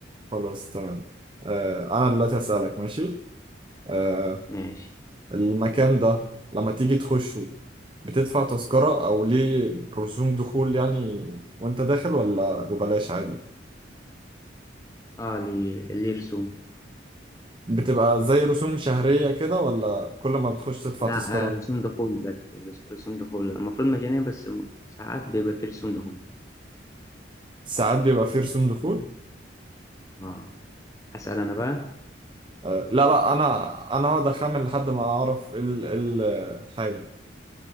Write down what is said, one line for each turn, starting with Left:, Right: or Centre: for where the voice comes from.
Right: خلاص تمام آه، أنا دلوقتي أسألك ماشي آه،
Left: ماشي
Right: المكان ده لما تيجي تخشه بتدفع تذكرة أو ليه رسوم دخول يعني وأنت داخل ولا ببلاش عادي
Left: اه ليه ليه رسوم
Right: بتبقى زي رسوم شهرية كده ولا كل ما بتخش تدفع
Left: لا
Right: تذكرة
Left: آه رسوم دخول بس رسوم دخول المفروض مجانية بس ساعات بيبقى فيه رسوم دخول
Right: ساعات بيبقى فيه رسوم دخول
Left: اه اسأل انا بقى
Right: آه، لا لا أنا أنا هقعد أخمن لحد ما أعرف إيه ال إيه ال حاجة